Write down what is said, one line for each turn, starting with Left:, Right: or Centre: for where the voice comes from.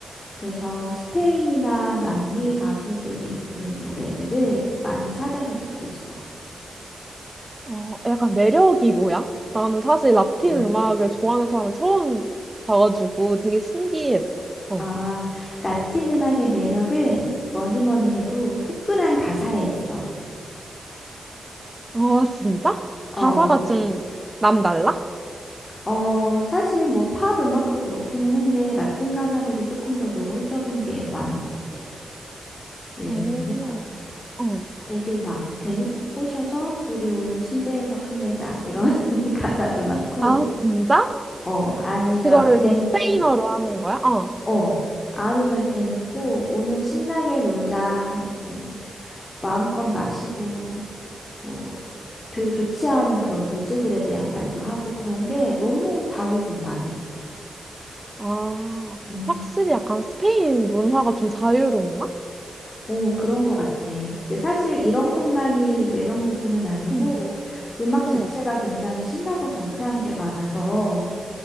Left: 그래서 스페인이나 남미 가수들이 부른 노래들을 많이 찾아서 듣고 있어.
Right: 어, 약간 매력이 뭐야? 나는 사실 라틴
Left: 어.
Right: 음악을 좋아하는 사람을 처음 봐가지고 되게 신기했어. 어,
Left: 아, 라틴 음악의 매력은 뭐니 뭐니 해도 후끈한 가사에 있어.
Right: 어, 진짜?
Left: 어,
Right: 가사가
Left: 뭐,
Right: 좀 남달라?
Left: 어, 사실 뭐 팝 음악도 그렇기는 한데 라틴 가사들이 조금 더 노골적인 게 많은 것 같아. 예를
Right: 오.
Left: 들면
Right: 어.
Left: 되게 막 대놓고 꼬셔서 우리 오늘 침대에서 끝내자 이런 <laughs> 가사도 많고
Right: 아, 진짜?
Left: 어 아니면
Right: 그거를
Left: 대놓고
Right: 그럼 스페인어로 하는 거야? 어.
Left: 어 아니면 대놓고 오늘 신나게 놀자 뭐 마음껏 마시고 뭐 별로 좋지 않은 그런 물질들에 대한 말도 하고 그런 게 너무 자유분방해.
Right: 아,
Left: 음.
Right: 확실히 약간 스페인 문화가 좀 자유롭나?
Left: 오, 그런 것 같아. 근데 사실 이런 것만이 매력 요소는 아니고
Right: 응,
Left: 음악 자체가
Right: 응,
Left: 굉장히 신나고 경쾌한 게 많아서